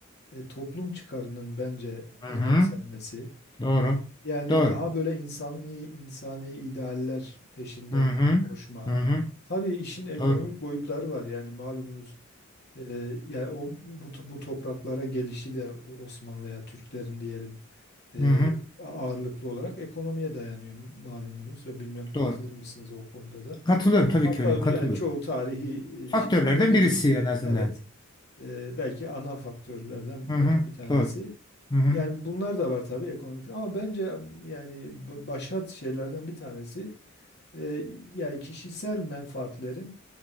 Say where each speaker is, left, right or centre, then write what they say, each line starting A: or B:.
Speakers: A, on the left; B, on the left.
A: e, toplum çıkarının bence
B: hı
A: önemsenmesi.
B: hı. Doğru.
A: Yani
B: Doğru.
A: daha böyle insani insani idealler peşinden
B: Hı hı.
A: koşma.
B: Hı hı.
A: Tabii işin ekonomik
B: Doğru.
A: boyutları var. Yani malumunuz e, yani o bu, bu topraklara gelişi de Osmanlı veya Türklerin diyelim e,
B: Hı hı.
A: ağırlıklı olarak ekonomiye dayanıyor malumunuz ve bilmem katılır
B: Doğru.
A: mısınız o konuda da.
B: Katılıyorum tabii
A: Hatta
B: ki hocam.
A: yani
B: Katılıyorum.
A: çoğu tarihi
B: Faktörlerden
A: e, şeyi öyle
B: birisi
A: göz.
B: en azından.
A: Evet. e, belki ana faktörlerden
B: Hı hı.
A: bir, bir tanesi.
B: Doğru. Hı hı.
A: Yani bunlar da var tabii ekonomik ama bence yani b- başat şeylerden bir tanesi e, yani kişisel menfaatlerin